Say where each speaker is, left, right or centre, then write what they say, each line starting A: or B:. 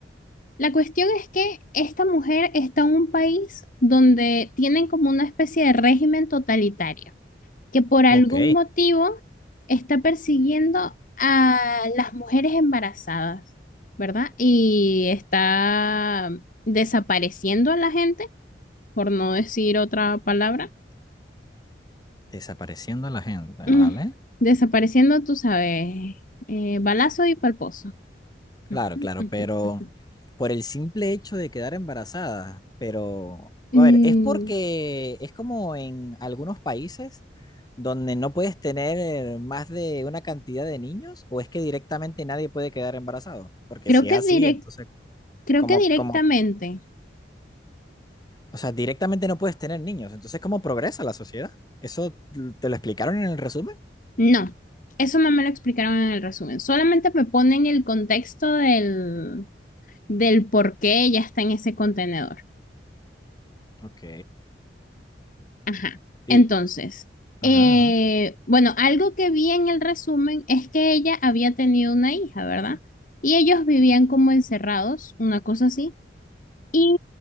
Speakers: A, on the left; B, on the left.
A: La cuestión es que esta mujer está en un país donde tienen como una especie de régimen totalitario, que por algún
B: Ok,
A: motivo está persiguiendo a las mujeres embarazadas, ¿verdad? Y está desapareciendo a la gente, por no decir otra palabra.
B: desapareciendo a la gente, ¿vale?
A: Mm, Desapareciendo, tú sabes, eh, balazo y palposo.
B: Claro,
A: Ujú,
B: claro,
A: ujú,
B: pero
A: ujú.
B: por el simple hecho de quedar embarazada, pero, a
A: Mm,
B: ver, es porque es como en algunos países donde no puedes tener más de una cantidad de niños o es que directamente nadie puede quedar embarazado, porque
A: creo
B: si
A: que
B: es así,
A: direc-
B: entonces
A: creo
B: Como,
A: que directamente.
B: como, o sea, directamente no puedes tener niños. Entonces, ¿cómo progresa la sociedad? ¿Eso te lo explicaron en el resumen?
A: No, eso no me lo explicaron en el resumen. Solamente me ponen el contexto del, del por qué ella está en ese contenedor.
B: Ok.
A: Ajá.
B: Y,
A: Entonces,
B: ajá,
A: eh,
B: ajá.
A: bueno, algo que vi en el resumen es que ella había tenido una hija, ¿verdad? Y ellos vivían como encerrados, una cosa así, y